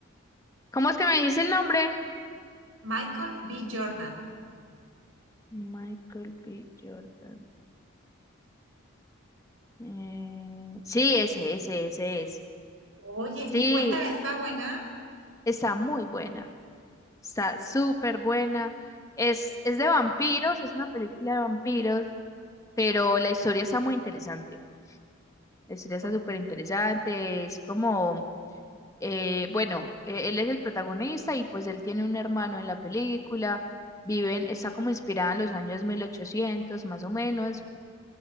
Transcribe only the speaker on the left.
¿cómo es que me dice el nombre?
Michael B. Jordan. Eh, sí, ese, ese, ese es.
Sí,
está muy buena. Está súper buena. Es, es de vampiros, es una película de vampiros, pero la historia está muy interesante. La historia está
súper interesante. Es como Eh, bueno, eh, él es el protagonista y pues él tiene un hermano en la película, viven, está como inspirada en los años 1800 más o menos.